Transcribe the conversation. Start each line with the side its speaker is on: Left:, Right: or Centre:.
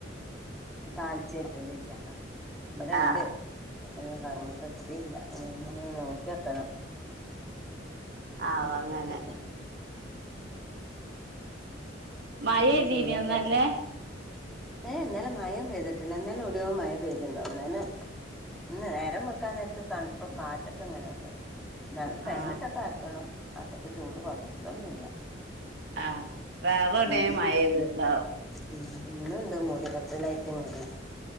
Centre: താളിച്ചില്ല ചെയ്യ. ഇവിടെ ഇണ്ട്.
Right: ആ
Centre: അതിന് കർമ്മോസ എടുത്തിട്ട് ഇല്ല ഒന്ന് നോക്കി വെക്കണം.
Right: ആ
Centre: ഉപ്പിട്ടിലല്ലേ
Right: അങ്ങനെ മഴയതീനോ
Centre: ചെയ്യാ
Right: ഇന്നല്ലേ?
Centre: വിചാരിച്ച് ഏഹ് ഇന്നലെ മഴയും പെയ്തിടില. ഇന്നലെ എവിടേയോ മഴ പെയ്തിണ്ടാവും. ഇന്നലെ ഇന്ന് നേരം വെള്ക്കാൻ നേരത്ത് തണുപ്പ് കാറ്റൊക്കെ ഇങ്ങനെയുണ്ട്. എന്നാലും ഫാനിട്ടൊക്കെ
Right: ആ
Centre: കടക്കണം. അത്രയ്ക്ക് ചൂട് കുറഞ്ഞിട്ടുന്നുമില്ല.
Right: ആഹ് വേറെവിടെ
Centre: ഇന്ന്
Right: മഴപെയ്തീറ്റ്ണ്ടാവും.
Centre: ഉം ഇന്ന് ഇണ്ട് മൂടിക്കെട്ടിലായിട്ട് ഇങ്ങനെ